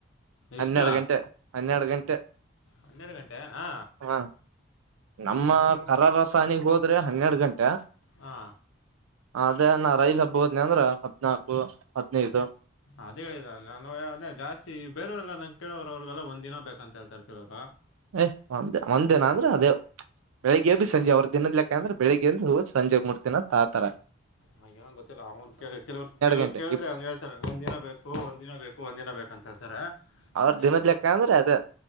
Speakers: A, on the right (about 85°); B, on the left (about 70°).
A: ಹನ್ನೆರಡು
B: ಎಷ್ಟು
A: ಗಂಟೆ ಹನ್ನೆರಡು ಗಂಟೆ ಟ್
B: ಹನ್ನೆರಡು ಗಂಟೆನಾ
A: <unintelligible> ಹಾ ನಮ್ಮ
B: ಅಷ್ಟು
A: ಕರರಸಾನಿಗೆ ಹೋದ್ ಆದ್ರೆ ಹನ್ನೆರಡು ಗಂಟೆ
B: ಹಾ
A: ಅದೇ ನ ರೈಲ್ ಹಬ್ಬೋದ್ನ ಅಂದ್ರ ಹದ್ನಾಕು ಹದ್ನೈದು
B: ಅದೇ ಹೇಳಿದ ನಾನು ಅದೇ ಜಾಸ್ತಿ ಬೇರವರೆಲ್ಲ ನಂಗೆ ಕೇಳೋರು ಅವ್ರಗೆಲ್ಲ ಒಂದಿನ ಬೇಕ ಅಂತ ಹೇಳ್ತರ್ ಕೆಲವ್ರು
A: ಏ ಒಂದ್ ಒಂದ್ ದಿನ ಅಂದ್ರೆ ಅದೇ ತ್ ಬೆಳಿಗ್ಗೆಯಿಂದ ಸಂಜೆ ಅವ್ರ ದಿನದ ಲೆಕ್ಕ ಅಂದ್ರೆ ಬೆಳಗ್ಗೆ ಅ ಹ ಸಂಜೆ ಹೋಗ್ ಮುಟ್ತೀನಿ ಆ ತರ
B: ಹಾಗೇನ ಗೊತ್ತಿಲ್ಲ ಅವ್ ಕೇಳ ಕೆಲವ್ರ್ ಕೆಲವ್
A: ಗಂಟೆ
B: ಕೇಳಿದ್ರೆ
A: ಇ
B: ಹಂಗ ಹೇಳ್ತಾರೆ ಒಂದ ದಿನ ಬೇಕು ಒಂದಿನ ಬೇಕು ಒಂದ ದಿನ ಬೇಕು ಅಂತ ಹೇಳಿ ಹೇಳ್ತಾರೆ
A: ಅವ್ರ
B: ನಾನ್ ಯೋಚನೆ
A: ದಿನದ್
B: ಮಾಡ್ದ
A: ಲೆಕ್ಕ ಅಂದ್ರೆ ಅದ